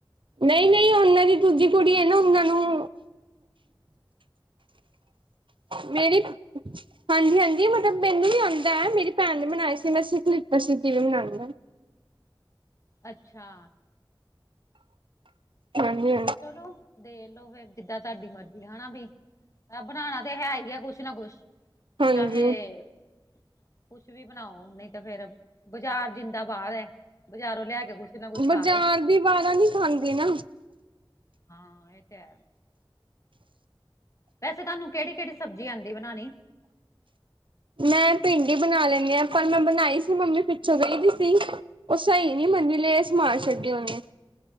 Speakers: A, on the right; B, on the left.
A: ਨਹੀਂ ਨਹੀਂ ਉਹਨਾਂ ਦੀ ਦੂਜੀ ਕੁੜੀ ਹੈ ਨਾ ਉਹਨਾਂ ਨੂੰ। ਮੇਰੀ। ਹਾਂਜੀ ਹਾਂਜੀ ਮਤਲਬ ਮੈਨੂੰ ਵੀ ਆਉਂਦਾ ਹੈ ਮੇਰੀ ਭੈਣ ਨੇ ਮਨਾਈ ਸੀ ਮੈਂਸੀਖਲਿਪ ਸਤੀ ਵੀ ਮਨਾਉਂ ਹ।
B: ਅੱਛਾ।
A: ਹਾਂਜੀ।
B: ਚਲੋ। ਦੇ ਲੋੋ ਫੇਿਰ ਜਿੱਦਾਂ ਤੁਹਾਡੀ ਮਰਜੀੀ ਹੈਾ ਵੀ ਆ ਬਣਾਣਾ ਤੇ ਹੈ ਹੀ ਆ ਕੁਛ ਨਾ ਕੁਛ।
A: ਹਾਂਜੀ
B: ਚਾਹੇ
A: ਹਾਂਜੀ
B: ਕੁਛ ਵੀ ਬਣਾਓ ਨਹੀਂ ਤੇ ਫੇਰ ਬਾਜ਼ਾਰ ਜਿੰ। ਾਂ ਬਾਹਰ ਹੈ ਬਜ਼ਾਰੋਂ ਲਿਆ ਕੇ ਕੁੱਛ ਨਾ ਕੁਛ
A: ਬਾਜ਼ਾਰ
B: ਖਾ ਲੋ।
A: ਦੀ ਵਾਲਾਂ ਨੀ ਖਾਂਦੇ ਨਾ।
B: ਹਾਂ ਇਹ ਤਾਂ। ਵੈਸੇ ਤੁਹਾਨੂੰ ਕਿਹੜੀ ਕਿਹੜੀ ਸਬਜ਼ੀ ਆਉਂਦੀ ਬਣਾਣੀ।
A: ਮੈਂ ਭਿੰਡੀ ਬਣਾ ਲੈਂਦੀ ਹ ਪਰ ਮੈਂ ਬਣਾਈ ਸੀ ਮੰਮੀ ਪਿੱਛੋਂ ਗਹੀਦੀ ਸੀ। ਉਹ ਸਹੀ ਨਹੀਂੀ ਬਨੀ ਲੈਸ ਮਾਨ ਛੱਡੇ ਉਹਨੇ।